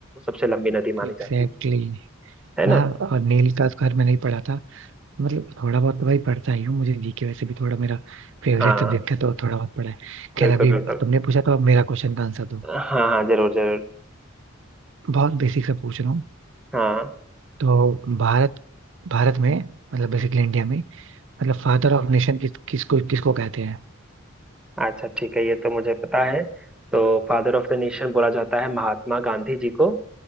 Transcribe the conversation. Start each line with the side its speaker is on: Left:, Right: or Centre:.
Centre: सबसे लंबी नदी मानी
Right: एग्जैक्टली
Centre: जाती है है
Right: हाँ
Centre: ना
Right: और नील का स्क्वायर मैंने ही पढ़ा था मतलब थोड़ा बहुत तो भाई पढ़ता ही हूँ मुझे जीके वैसे भी थोड़ा मेरा फेवरेट
Centre: हाँ
Right: सब्जेक्ट है तो थोड़ा बहुत पढ़ा है
Centre: बिल्कुल
Right: खैर अभी
Centre: बिल्कुल
Right: तुमने पूछा तो अब मेरा क्वेश्चन का आंसर दो
Centre: हाँ हाँ जरूर जरूर
Right: बहुत बेसिक से पूछ रहा हूँ
Centre: हाँ
Right: तो भारत भारत में मतलब बेसिकली इंडिया में मतलब फादर ऑफ नेशन किस, किसको किसको कहते हैं
Centre: अच्छा ठीक है ये तो मुझे पता है तो फादर ऑफ द नेशन बोला जाता है महात्मा गांधी जी को